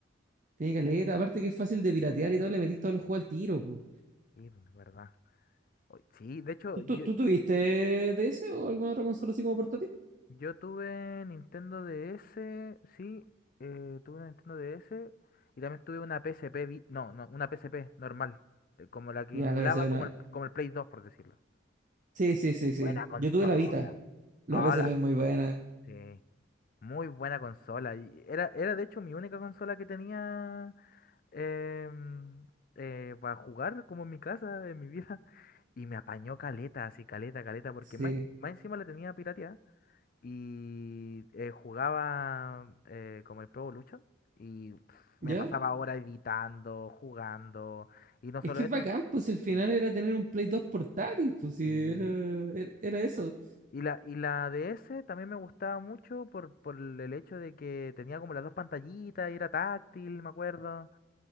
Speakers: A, on the right; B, on the left.
A: Tiene caleta. Aparte que es fácil de piratear y todo, le metís todos los juegos al tiro. po.
B: Sí, pues, verdad. Oy, Sí, de hecho,
A: ¿Tú,
B: yo,
A: tú, tú tuviste DS o alguna otra consola así como portátil?
B: Yo tuve Nintendo DS, sí, eh, tuve una Nintendo DS y también tuve una PSP, vi- no, no, una PSP normal, eh, como la que
A: Ya,
B: emulaba
A: la PSP.
B: como
A: no.
B: el, como el Play 2, por decirlo.
A: Sí, sí, sí, sí.
B: Buena consola.
A: Yo tuve la Vita. La
B: Hola,
A: PSP es muy buena.
B: sí, muy buena consola. Y era, era de hecho mi única consola que tenía em, eh, para jugar como en mi casa, en mi vida. Y me apañó caleta, así caleta, caleta, porque
A: Sí.
B: más, más encima la tenía pirateada. y eh, jugaba eh, como el Pro Evolution y pf, me
A: ¿Ya?
B: pasaba horas editando, jugando y no
A: Es
B: solo
A: que es
B: eso,
A: bacán, pues el final
B: sí,
A: era tener un Play 2 portátil, pues sí,
B: sí.
A: era, era, era eso.
B: Y la, y la DS también me gustaba mucho por, por el hecho de que tenía como las dos pantallitas y era táctil, me acuerdo.